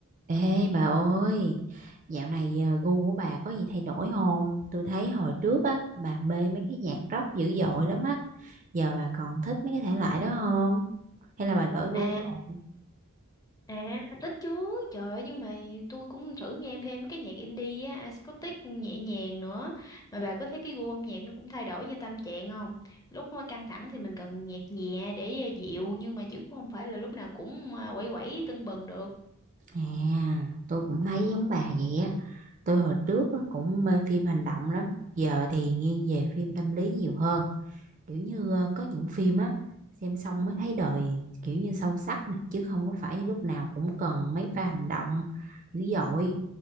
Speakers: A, on the right; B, on the left.
A: Ê bà ơi, dạo này à, gu của bà có gì thay đổi không? Tôi thấy hồi trước á, bà mê mấy cái nhạc rock dữ dội lắm á. Giờ bà còn thích mấy cái thể loại đó không? Hay là bà đổi gu
B: À,
A: rồi?
B: à, thích chứ. Trời ơi, nhưng mà tôi cũng thử nghe thêm mấy cái nhạc indie á, acoustic nhẹ nhàng nữa. Mà bà có thấy cái gu âm nhạc nó cũng thay đổi như tâm trạng không? Lúc mà căng thẳng thì mình cần nhạc nhẹ để à, dịu, nhưng mà chứ cũng không phải là lúc nào cũng à, quẩy quẩy tưng bừng được.
A: À, tôi cũng thấy giống bà vậy á. Tôi hồi trước á, cũng mê phim hành động lắm. Giờ thì nghiêng về phim tâm lý nhiều hơn. Kiểu như à, có những phim á, xem xong mới thấy đời kiểu như sâu sắc nè. Chứ không có phải lúc nào cũng cần mấy pha hành động dữ dội.